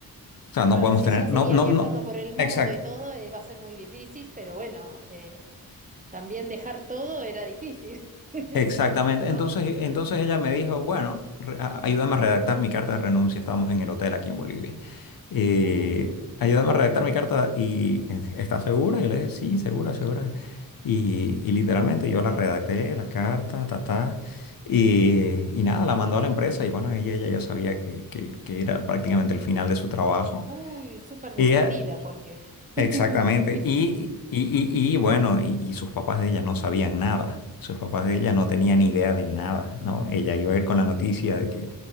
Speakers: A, on the left; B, on the right.
A: o sea, no
B: Claro,
A: podemos
B: si
A: tener,
B: ella seguía
A: no, no,
B: viajando
A: no,
B: por el mundo
A: exacto.
B: y todo, eh, iba a ser muy difícil, pero bueno, eh, También dejar todo era difícil, <laughs>
A: Exactamente.
B: ¿no?
A: Entonces, entonces ella me dijo, bueno, re- a- ayúdame a redactar mi carta de renuncia. Estábamos en el hotel aquí en Bolivia. eh,
B: Uh,
A: ayúdame a redactar mi carta y eh, ¿estás segura? Yo le dije, sí, segura, segura. Y, y literalmente yo la redacté, la carta, ta, ta, y, y nada, la mandó a la empresa y bueno, ella, ella ya sabía que, que- que era prácticamente el final de su trabajo.
B: uy, súper decidida
A: Ella,
B: porque
A: Exactamente.
B: <laughs> difícil,
A: Y, y, y, y, bueno, y, y sus papás de ella no sabían nada. Sus papás de
B: <laughs>
A: ella no tenían idea de nada, ¿no? Ella iba a ir con la noticia de que